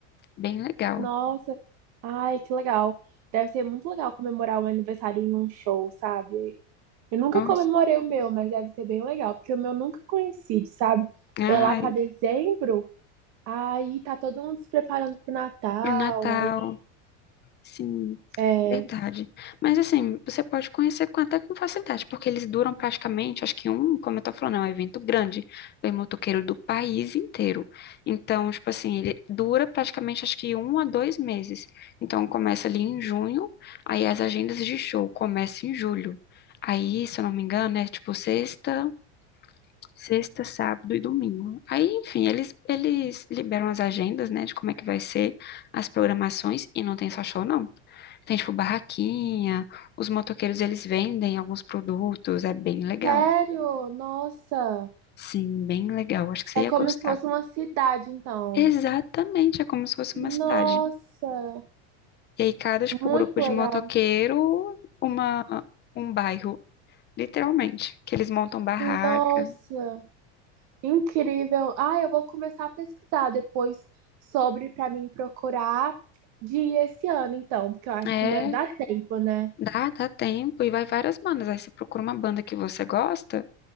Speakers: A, on the left (about 30°); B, on the right (about 50°).
A: Bem legal.
B: Nossa, ai, que legal. Deve ser muito legal comemorar um aniversário em um show, sabe? Eu nunca
A: Nossa.
B: comemorei o meu, mas deve ser bem legal, porque o meu nunca coincide, sabe?
A: Ai,
B: É lá pra dezembro, aí tá todo mundo se preparando pro Natal,
A: pro Natal.
B: aí
A: Sim,
B: é...
A: verdade. Mas assim, você pode conhecer com- até com facilidade, porque eles duram praticamente, acho que um, como eu tô falando, é um evento grande. Vem motoqueiro do país inteiro. Então, tipo assim, ele dura praticamente acho que um a dois meses. Então, começa ali em junho, aí as agendas de show começam em julho. Aí, se eu não me engano, é tipo sexta. Sexta, sábado e domingo. Aí, enfim, eles, eles liberam as agendas, né, de como é que vai ser as programações e não tem só show, não. Tem, tipo, barraquinha, os motoqueiros, eles vendem alguns produtos, é bem legal.
B: Sério? Nossa,
A: Sim, bem legal, acho que você
B: é
A: ia
B: como
A: gostar.
B: se fosse uma cidade, então.
A: Exatamente, é como se fosse
B: Nossa,
A: uma cidade. E aí, cada, tipo,
B: muito
A: grupo de
B: legal.
A: motoqueiro, uma, um bairro, literalmente, que eles montam barraca.
B: Nossa. Incrível. Ah, eu vou começar a pesquisar depois sobre para mim procurar de ir esse ano, então, porque eu acho
A: É
B: que ainda dá tempo, né?
A: Dá, dá tempo e vai várias bandas. Aí você procura uma banda que você gosta